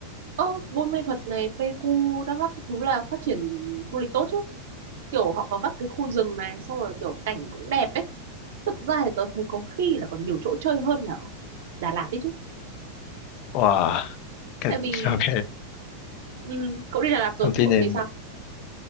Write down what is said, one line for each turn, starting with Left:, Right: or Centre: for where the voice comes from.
Right: Ơ, Buôn Mê Thuật này, Pleiku, Đắk Lắk các thứ là phát triển du lịch tốt chứ. Kiểu họ có các cái khu rừng này, xong rồi kiểu cảnh cũng đẹp ấy. Thực ra thì tớ thấy có khi là còn nhiều chỗ chơi hơn là ở Đà Lạt đấy chứ.
Left: Wow, cái,
Right: Tại vì
Left: ok,
Right: ừ, cậu đi Đà Lạt rồi
Left: thông tin
Right: thì cậu
Left: này
Right: thấy sao?